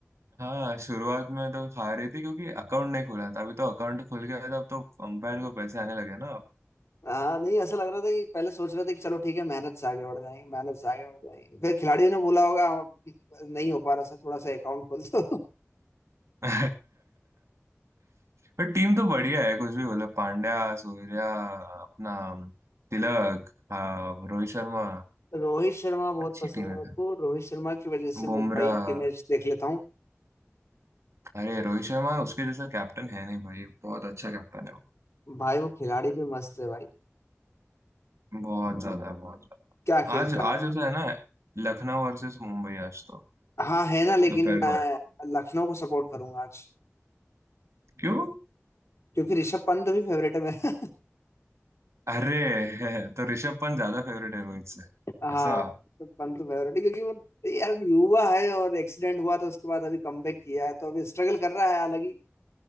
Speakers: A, on the right; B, on the left.
A: हाँ शुरुआत में तो खा रही थी क्योंकि अकाउंट नहीं खुला था अभी तो अकाउंट खुल गया था अब तो अंपायर को पैसे आने लगे ना
B: हाँ नहीं ऐसा लग रहा था कि पहले सोच रहे थे कि चलो ठीक है मेहनत से आगे बढ़ जाएंगे मेहनत से आगे बढ़ जाएंगे फिर खिलाड़ियों ने बोला होगा "हम- नहीं हो पा रहा सर थोड़ा सा अकाउंट खोल दो
A: <laughs> पर टीम तो बढ़िया है कुछ भी बोलो पांड्या सूर्या अपना तिलक हाँ, रोहित शर्मा
B: तो रोहित शर्मा बहुत
A: अच्छी
B: पसंद
A: टीम
B: है मेरे
A: है क्या
B: को रोहित शर्मा की वजह से
A: बुमराह
B: मुंबई के मैच देख लेता हूँ
A: अरे रोहित शर्मा उसके जैसा कैप्टन है नहीं भाई बहुत अच्छा कैप्टन है वो
B: भाई वो खिलाड़ी भी मस्त है भाई
A: बहुत ज्यादा बहुत ज्यादा
B: क्या खेलता
A: आज आज
B: है
A: ऐसा है ना लखनऊ वर्सेस मुंबई आज तो
B: हाँ है ना लेकिन
A: दोपहर
B: मैं
A: को है
B: लखनऊ को सपोर्ट करूंगा आज
A: क्यों
B: क्योंकि ऋषभ पंत भी फेवरेट है मेरा
A: अरे <laughs> तो ऋषभ पंत ज्यादा फेवरेट है रोहित से
B: <laughs> हाँ
A: ऐसा
B: ऋषभ पंत फेवरेट है क्योंकि वो यार युवा है और एक्सीडेंट हुआ तो उसके बाद अभी कमबैक किया है तो अभी स्ट्रगल कर रहा है हालांकि